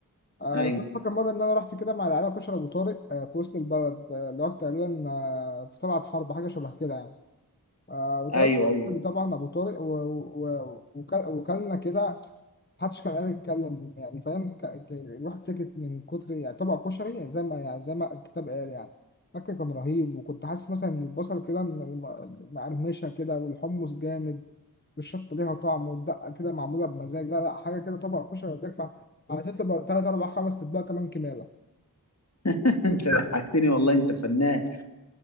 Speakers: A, on the left (about 30°); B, on the left (about 45°).
A: آه
B: <laughs> ايوه
A: بس انا فاكر مره ان انا رحت كده مع العيله كشري ابو طارق آه في وسط البلد آه اللي هو في تقريبا آه في طلعت حرب حاجه شبه كده يعني آه وطلبت
B: ايوه ايوه
A: طبعا ابو طارق و- و- و- وكل- وكلنا كده محدش كان قادر يتكلم يعني فاهم ك- ك- الواحد سكت من كتر يعني طبق كشري يعني زي ما يعني زي ما الكتاب قال يعني الاكل كان رهيب وكنت حاسس مثلا ان البصل كده م- م- مقرمشه كده والحمص جامد والشطه ليها طعم والدقه كده معموله بمزاج لا لا حاجه كده طبق كشري وتدفع هتطلب تلات اربع خمس اطباق كمان كماله
B: <laughs> انت ضحكتني والله انت فنان